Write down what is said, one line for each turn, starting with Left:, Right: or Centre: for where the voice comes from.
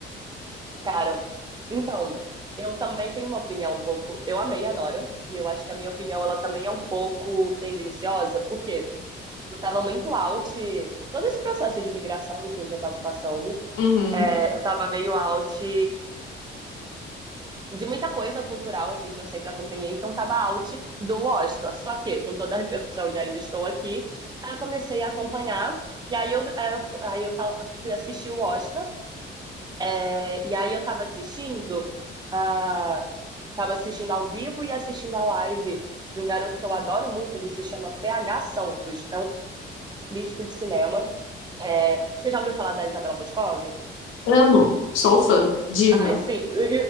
Right: Cara, então, eu também tenho uma opinião um pouco. Eu amei a Nora, e eu acho que a minha opinião ela também é um pouco tendenciosa, porque eu tava muito out. Todo esse processo de imigração, enfim, que eu tava passando,
Left: Uhum.
Right: é, eu tava meio out de muita coisa cultural, assim, que eu sempre acompanhei, então tava out do Oscar. Só que, com toda a repercussão de ainda estou aqui, aí eu comecei a acompanhar, e aí eu, aí eu, aí eu ta- fui assistir o Oscar, é, e aí eu tava assistindo, ah, tava assistindo ao vivo e assistindo a live de um garoto que eu adoro muito, ele se chama PH Santos, é um crítico de cinema É, Você já ouviu falar da Isabela Boscov?
Left: Amo. Sou fã. Diva.
Right: Ai, sim. Eu-